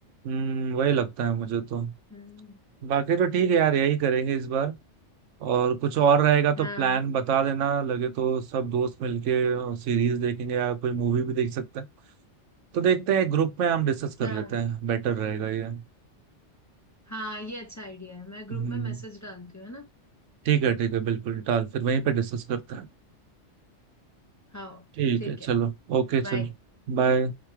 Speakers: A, on the right; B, on the left.
A: हम्म वही लगता है मुझे तो
B: हम्म,
A: बाकी तो ठीक है यार यही करेंगे इस बार और कुछ और रहेगा
B: हाँ
A: तो प्लान बता देना लगे तो सब दोस्त मिलके सीरीज देखेंगे या कोई मूवी भी देख सकते हैं तो देखते हैं ग्रुप में हम डिस्कस कर
B: हाँ
A: लेते हैं बेटर रहेगा ये
B: हाँ ये अच्छा आइडिया है मैं ग्रुप
A: हम्म
B: में मैसेज डालती हूँ है ना
A: ठीक है ठीक है बिल्कुल डाल फिर वहीं पे डिस्कस करते हैं
B: हाँ
A: ठीक
B: ठीक
A: है चलो
B: है
A: ओके चलो
B: बाय
A: बाय